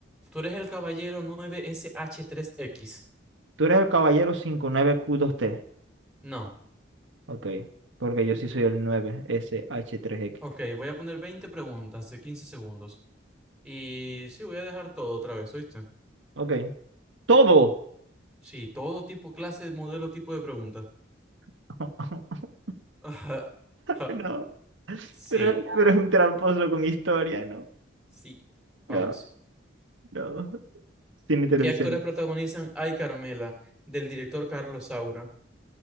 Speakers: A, in the centre; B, on the right (about 75°).
A: Tú eres el caballero 9 sh tres x
B: Tú eres el caballero cinco nueve q dos t
A: No,
B: Ok. Porque yo sí soy el nueve S H tres x
A: ok, voy a poner 20 preguntas de 15 segundos. Y sí, voy a dejar todo otra vez, ¿oíste?
B: Ok. ¡Todo!
A: Sí, todo tipo, clase, modelo, tipo de pregunta.
B: <laughs>
A: <laughs> Ajá, ajá,
B: No,
A: Sí,
B: pero, pero es un tramposo con historia, no,
A: sí,
B: no,
A: vamos.
B: no, cine y televisión.
A: ¿Qué actores protagonizan Ay Carmela? Del director Carlos Saura.